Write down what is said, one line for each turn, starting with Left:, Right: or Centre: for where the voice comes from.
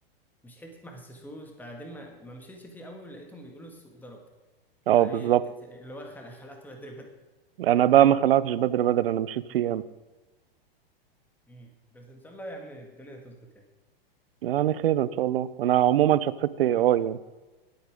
Centre: مش حته ما حسسوش بعدين ما, ما مشيتش فيه قوي ولقيتهم بيقولوا السوق ضرب
Right: اه
Centre: فايه
Right: بالظبط
Centre: تت- اللي هو خلع خلعت بدري بدري
Right: انا بقى ما خلعتش بدري بدري انا مشيت في ايام
Centre: مم. بس ان شاء الله يا عم الدنيا تظبط يعني
Right: يعني خير ان شاء الله انا عموما شفت اي
Centre: اه
Right: اي يعني